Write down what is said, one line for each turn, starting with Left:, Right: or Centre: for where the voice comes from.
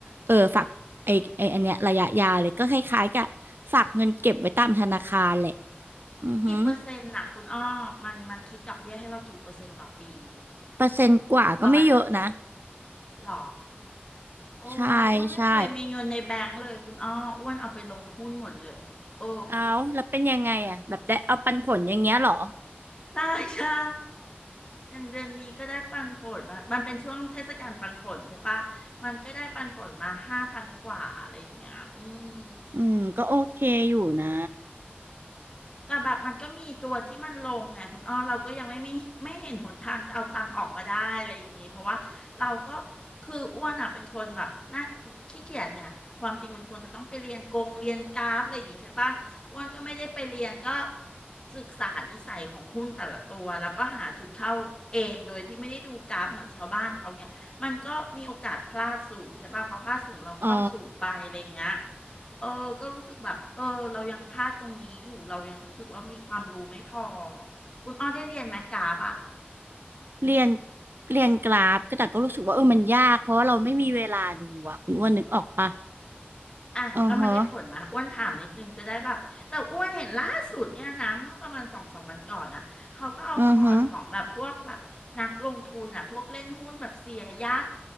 Right: เออฝากไอไออันเนี้ยระยะยาวเลยก็คล้ายๆกับฝากเงินเก็บไว้ตามธนาคารแหละอือหือ
Left: กี่เปอร์เซ็นต์น่ะคุณอ้อมันมันคิดดอกเบี้ยให้เรากี่เปอร์เซ็นต์ต่อปี
Right: เปอร์เซ็นต์กว่าก็ไม่เยอะนะ
Left: ร้อยหรอโอ้อ้วนไม่เคยมีเงินในแบงก์เลยคุณอ้ออ้วนเอาไปลงหุ้นหมดเลยโอ้
Right: ใช่ใช่ เอาแล้วเป็นยังไงอ่ะแบบได้เอาปันผลอย่างเงี้ยเหรอ
Left: ใช่ใช่อย่างเดือนนี้ก็ได้ปันผลมามันเป็นช่วงเทศกาลปันผลใช่ปะมันก็ได้ปันผลมาห้าพันกว่าอะไรอย่างเงี้ยอืม
Right: อืม ก็โอเคอยู่นะ
Left: แต่แบบมันก็มีตัวที่มันลงไงคุณอ้อเราก็ยังไม่มี <laughs> ไม่เห็นหนทางจะเอาตังค์ออกมาได้อะไรอย่างงี้เพราะว่าเราก็คืออ้วนอ่ะเป็นคนแบบน่าขี้เกียจไงความจริงมันควรจะต้องไปเรียนกงเรียนกราฟอะไรอย่างงี้ใช่ปะอ้วนก็ไม่ได้ไปเรียนก็ศึกษานิสัยของหุ้นแต่ละตัวแล้วก็หาจุดเข้าเองโดยที่ไม่ได้ดูกราฟเหมือนชาวบ้านเขาเนี่ยมันก็มีโอกาสพลาดสูงใช่ปะเพราะพลาดสูงเราเข้าสูงไปอะไรอย่างเงี้ย
Right: อ๋อ
Left: เออก็รู้สึกแบบเออเรายังพลาดตรงนี้อยู่เรายังรู้สึกว่ามีความรู้ไม่พอคุณอ้อได้เรียนไหมกราฟอะ
Right: เรียนเรียนกราฟก็แต่ก็รู้สึกว่าเออมันยากเพราะว่าเราไม่มีเวลาดูอ่ะคุณอ้วนนึกออกปะ
Left: อ่ะแล้วมันได้ผลไหมอ้วนถามนิดนึงจะได้แบบแต่อ้วนเห็นล่าสุดเนี่ยนะเมื่อประมาณสองสามวันก่อนอ่ะเขาก็เอาพอร์ตของแบบพวกแบบนักลงทุนอ่ะพวกเล่นหุ้นแบบเสียยักษ์
Right: อือฮะอือฮะ